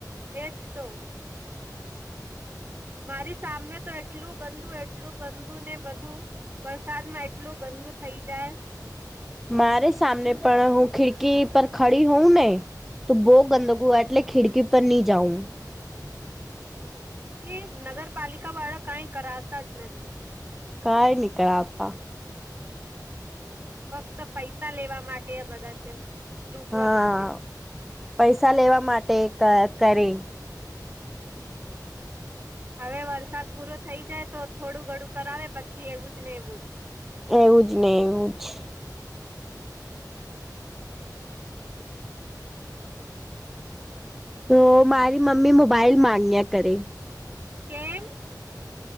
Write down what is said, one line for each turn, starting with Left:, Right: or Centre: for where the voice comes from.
Right: એ જ તો મારી સામેમે તો એટલું ગંદુ એટલું ગંદ, ને બધું વરસાદ માં એટલું ગંદુ થઇ જાય
Centre: મારે સામને પણ હું ખિડકી પર ખડી હોઉ, ને તો બહુ ગંદગુવા એટલે ખિડકી પર ન જાઉ
Right: એ નગરપાલિકા વાળા કઈ કરાવતા જ નથી.
Centre: કાય નકળ, આવતા
Right: ફક્ત પૈસા લેવા માટે બધા છે, લૂટવા
Centre: હા
Right: માટે
Centre: પૈસા લેવા માટે કરે
Right: હવે વરસાદ પૂરો થઈ જાય તો થોડું ઘડું કરાવે પછી એવું જ ને એવું જ
Centre: એવું જ ને એવું જ. <inaudible> તો મારી મમ્મી મોબાઈલ માંગ્યા કરે.
Right: કેમ.